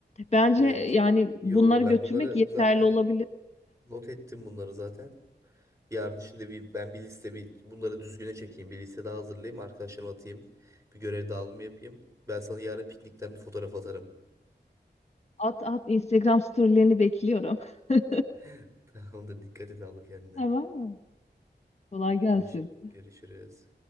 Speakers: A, on the left; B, on the right.
A: Bence
B: Evet
A: yani
B: iyi
A: bunları
B: oldu. Ben
A: götürmek
B: bunları
A: yeterli
B: zaten
A: olabilir.
B: not ettim bunları zaten. Yarın şimdi bir, ben bir liste bir bunları düzgüne çekeyim. Bir liste daha hazırlayayım. Arkadaşlarıma atayım. Bir görev dağılımı yapayım. Ben sana yarın piknikten bir fotoğraf atarım.
A: At at Instagram storylerini bekliyorum. <laughs>
B: <laughs> Tamamdır. Dikkat et abla kendine.
A: Tamam mı? Kolay gelsin.
B: Görüş görüşürüz.